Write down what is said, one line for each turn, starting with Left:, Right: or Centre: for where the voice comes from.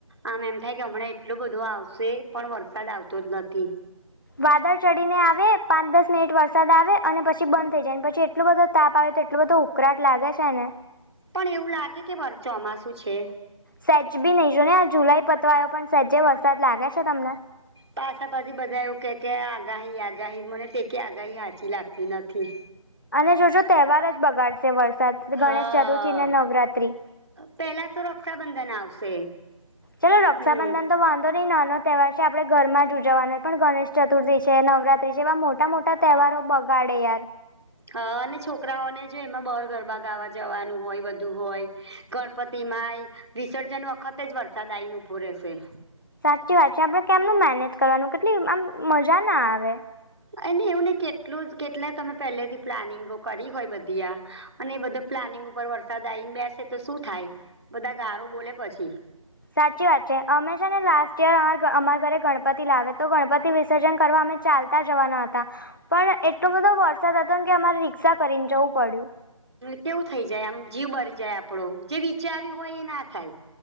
Right: આમ એમ થાય કે હમણાં એટલું બધો આવશે, પણ વરસાદ આવતો જ નથી.
Left: વાદળ ચડીને આવે, પાંચ-દસ મિનિટ વરસાદ આવે. અને પછી બંધ થઈ જાય. ને પછી એટલો બધો તાપ આવે તો, એટું બધો ઉકળાટ લાગે છે ને.
Right: પણ એવું લાગે કે વ ચોમાસું છે.
Left: સેજ બી નહી જો ને, આ જુલાઈ પતી આવ્યો, પણ સહેજે વરસાદ લાગે છે તમને.
Right: પાછા પાછી બધા એવું કે, કે આગાહી-આગાહી મને તેકી આગાહી હચી લાગતી નથી.
Left: અને જોજો તહેવાર જ બગાડશે વરસાદ, ગણેશ
Right: હા
Left: ચતુર્થી ને, નવરાત્રી.
Right: પેલા તો રક્ષાબંધન આવશે.
Left: ચાલો
Right: હમ
Left: રક્ષાબંધન તો વાંધો નહીં, નાનો તહેવાર છે, આપણેે ઘરમાં જ ઉજવવાનો પણ ગણેશ ચતુર્થી છે, નવરાત્રી ત્રી જેવા મોટા-મોટા તહેવારો બગાડે યાર.
Right: હ, અને છોકરાઓને જો એમાં બહાર ગરબા ગાવા જવાનું હોય, બધું હોય, ગણપતિમાંય. વિસર્જન વખતે જ વરસાદ આ આવીને ઊભો રહેશે.
Left: સાચી વાત છે, આપડે કેમનું મેનેજ કરવાનું, આમ ના આવે.
Right: અને એવું ને, કેટલું કેટલા તમે પહેલેથી પ્લાનિંગો કરી હોય બધી. અને બધા પ્લાનિંગ ઉપર વરસાદ આવીને, બેસે તો શું થાય? બધા ગારો બોલે પછી.
Left: સાચી વાત છે, અમે છે ને, લાસ્ટ યર અમા અમારા ઘરે ગણપતિ લાવે તો, ગણપતિ વિસર્જન કરવા, અમે ચાલ. તા જવાના હતા, પણ એટલો બધો વરસાદ હતો કે, અમારે રિક્ષા કરીને જવું પડ્યું.
Right: કેવું થઇ જાય, આમ જીવ બરી જાય, આપડો જે વિચાર્યું હોય એ ના થાય.